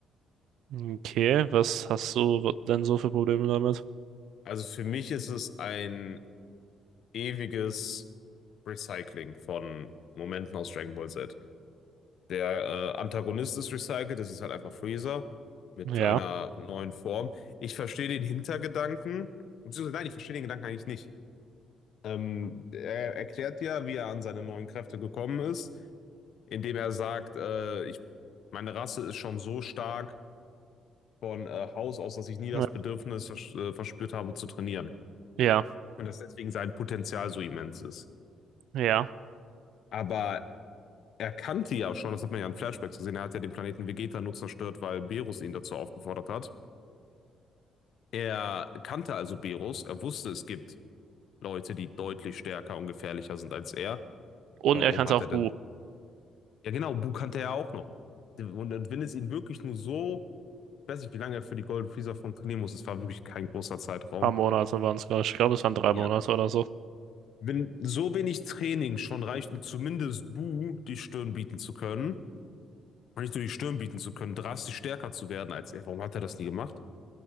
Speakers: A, on the right (about 80°); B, on the left (about 70°).
A: Okay, was hast du denn so für Probleme damit?
B: Also für mich ist es ein ewiges Recycling von Momenten aus Dragon Ball Z. Der äh, Antagonist ist recycelt, das ist halt einfach Freezer mit
A: Ja,
B: einer neuen Form. Ich verstehe den Hintergedanken. Beziehungsweise, nein, ich verstehe den Gedanken eigentlich nicht. Ähm, er erklärt ja, wie er an seine neuen Kräfte gekommen ist. indem er sagt, äh, ich, meine Rasse ist schon so stark von äh, Haus aus, dass ich nie das
A: ja,
B: Bedürfnis vers äh, verspürt habe zu trainieren.
A: ja.
B: Und dass deswegen sein Potenzial so immens ist.
A: ja.
B: Aber er kannte ja schon, das hat man ja in Flashbacks gesehen, er hat ja den Planeten Vegeta nur zerstört, weil Berus ihn dazu aufgefordert hat. Er kannte also Berus, er wusste, es gibt Leute, die deutlich stärker und gefährlicher sind als er.
A: Und
B: Warum
A: er kann es
B: hat
A: auch
B: er
A: Bu.
B: denn?
A: Ein
B: Ja, genau, Bu kannte er auch noch. Und, und wenn es ihn wirklich nur so Ich weiß nicht, wie lange er für die Golden Freezer Form trainieren muss. Es war wirklich kein großer Zeitraum.
A: paar Monate waren es, glaube ich. Ich glaube, es waren drei
B: Ja.
A: Monate oder so.
B: Wenn so wenig Training schon reicht, um zumindest Bu die Stirn bieten zu können, und nicht nur die Stirn bieten zu können, drastisch stärker zu werden als er. Warum hat er das nie gemacht?